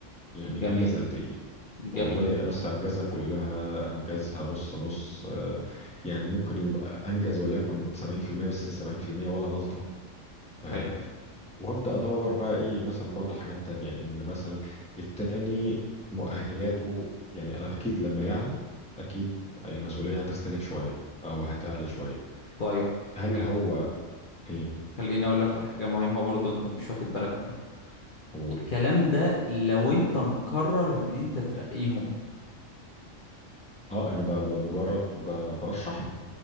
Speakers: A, in the centre; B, on the left.
A: يعني
B: جميل
A: انجز قد ايه
B: جميل
A: والله مثلا أنجزها كلها أنجزها نص نص آه، يعني ممكن يبقى أنجز وليكن 70% بس 70% ولا غلطة فاهم
B: حلو
A: وأبدأ أدور بقى إيه مثلا برضو حاجات تانية إن مثلا التاني مؤهلاته يعني أكيد لما يعلى أكيد المسؤولية هتختلف شوية أو هتعلى شوية
B: طيب
A: هل
B: خل...
A: هو إيه
B: خليني اقول لك على حاجه مهمه برضو انت مش واخد بالك منها
A: قول
B: الكلام ده لو انت مقرر ان انت ترقيهم
A: أه أنا ب- ب- مجرد ب- برشح